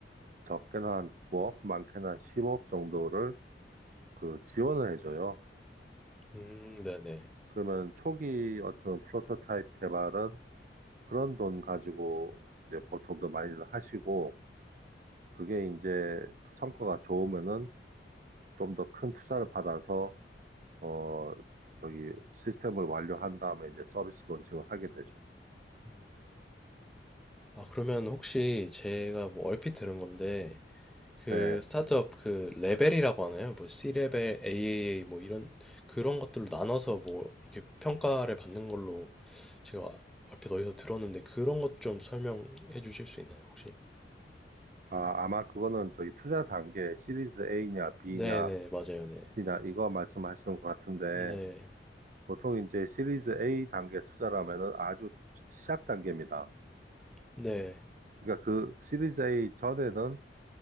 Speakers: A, on the right (about 45°); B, in the centre.
A: 적게는 한 9억, 많게는 한 10억 정도를 그 지원을 해줘요.
B: 음, 네네.
A: 그러면 초기 어떤 프로토타입 개발은 그런 돈 가지고 이제 보통도 많이들 하시고 그게 이제 성과가 좋으면은 좀 더 큰 투자를 받아서 어 저기 시스템을 완료한 다음에 이제 서비스 론칭을 하게 되죠.
B: 음. 아, 그러면 혹시 제가 뭐 얼핏 들은 건데, 그
A: 네.
B: 스타트업 그 레벨이라고 하나요? 뭐 C레벨, AAA 뭐 이런 그런 것들로 나눠서 뭐 이렇게 평가를 받는 걸로 제가 앞에 어디서 들었는데 그런 것 좀 설명해 주실 수 있나요, 혹시?
A: 아, 아마 그거는 저기 투자 단계
B: 네.
A: 시리즈 A냐 B냐
B: 네네, 맞아요, 네.
A: 혹시나 이거 말씀하시는 것 같은데
B: 네,
A: 보통 이제 시리즈 A 단계 투자라면은 아주 시작 단계입니다.
B: 네.
A: 그러니까 그 시리즈 A 전에는